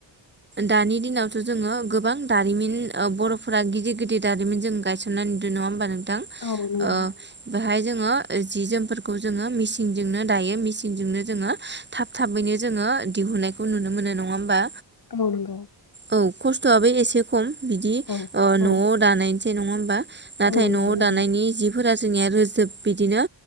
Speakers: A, on the right (about 25°); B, on the left (about 45°).
A: दानि दिनावथ' जोङो गोबां दारिमिन ओ बर'फोरा गिदिर गिदिर दारिमिन जों गायसन नुदों नङा होमबा नोंथां ओ
B: औ नंगौ
A: बेहाय। जोंङो जि जोमफोरखौ जोङो मेसिनजोंनो दायो मेसिनजोंनो जोङो थाब थाबैनो जोङो दिहुननायखौ नुनो मोनो नङा होमबा?
B: औ नंगौ।
A: औ खस्थ'आबो एसे खम बिदि
B: औ
A: ओ न'आव
B: औ
A: दानायसै नङा होमबा? नाथाय
B: औ नंगौ
A: नआव'
B: नंगौ
A: दानायनि जिफोरा जोंनिया रोजोब बिदिनो